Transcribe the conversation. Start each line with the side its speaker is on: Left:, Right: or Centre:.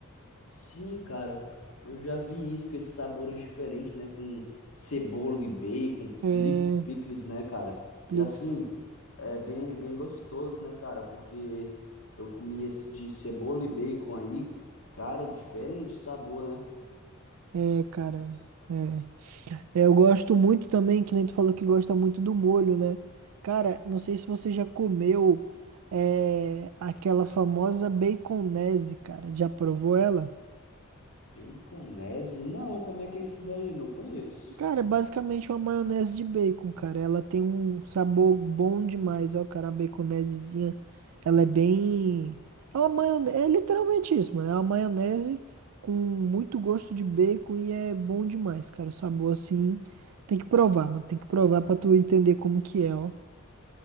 Left: Sim, cara, eu já vi isso com esses sabores diferentes, né? Com cebola e bacon,
Right: É,
Left: pli- picles, né, cara?
Right: Plix.
Left: E assim, é bem, bem gostoso, né, cara? Porque eu comi esse de cebola e bacon aí, cara, é diferente o sabor, né?
Right: É, cara, é. É, eu gosto muito também, que nem tu falou que gosta muito do molho, né? Cara, não sei se você já comeu é, aquela famosa baconese, cara. Já provou ela?
Left: Baconese? Não, como é que é isso daí? Não conheço.
Right: Cara, é basicamente uma maionese de bacon, cara. Ela tem um sabor bom demais, ó, cara. A baconesezinha, ela é bem. Ela É uma maionese, é literalmente isso, mano. É uma maionese com muito gosto de bacon e é bom demais, cara. O sabor assim, tem que provar, mano. Tem que provar pra tu entender como que é, ó.